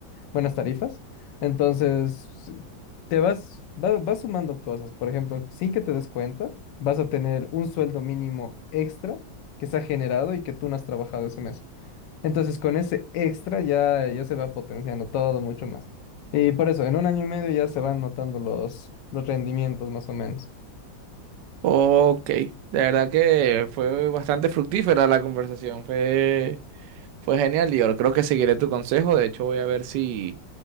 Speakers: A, on the left; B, on the right.
A: buenas tarifas. Entonces, si- te vas, va- vas sumando cosas. Por ejemplo, sin que te des cuenta, vas a tener un sueldo mínimo extra que se ha generado y que tú no has trabajado ese mes. Entonces, con ese extra ya, ya se va potenciando todo mucho más. Y por eso, en un año y medio ya se van notando los, los rendimientos más o menos.
B: ok. De verdad que fue bastante fructífera la conversación, fue, fue genial y yo creo que seguiré tu consejo. De hecho, voy a ver si